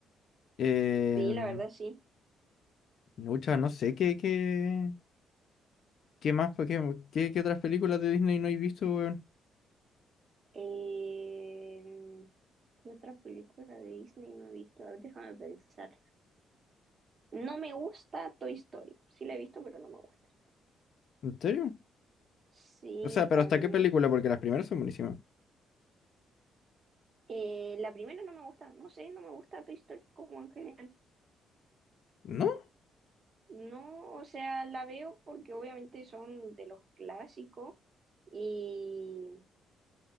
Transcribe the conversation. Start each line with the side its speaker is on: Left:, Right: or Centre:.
Left: Eh,
Right: Sí, la verdad sí.
Left: muchas, no sé qué, qué, qué más, pues, qué, qué, qué otras películas de Disney no he visto, weón.
Right: Eh, ¿qué otra película de Disney no he visto? A ver, déjame pensar. No me gusta Toy Story. Sí la he visto, pero no me gusta.
Left: ¿En serio?
Right: Sí,
Left: O sea, pero
Right: a
Left: ¿hasta
Right: ver.
Left: qué película? Porque las primeras son buenísimas.
Right: Eh, la primera no me gusta, no sé, no me gusta Toy Story como en general.
Left: ¿No?
Right: No, o sea, la veo porque obviamente son de los clásicos y